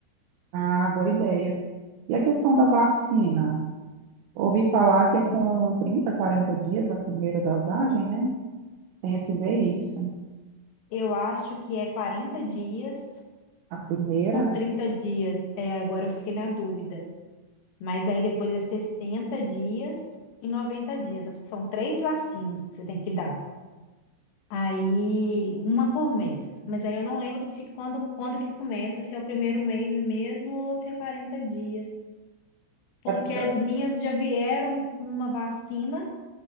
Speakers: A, on the right; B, on the left.
A: Ah, boa ideia. E a questão da vacina? Ouvi falar que é com 30, 40 dias a primeira dosagem, né? Tem que ver isso.
B: Eu acho que é 40 dias
A: A primeira
B: ou 30 dias. É, agora eu fiquei na dúvida. Mas aí depois é 60 dias e 90 dias. Acho que são três vacinas que você tem que dar. Aí, uma por mês. Mas aí eu não lembro se quando, quando que começa, se é o primeiro mês mesmo ou se é 40 dias. Porque
A: é porque,
B: as minhas já vieram com uma vacina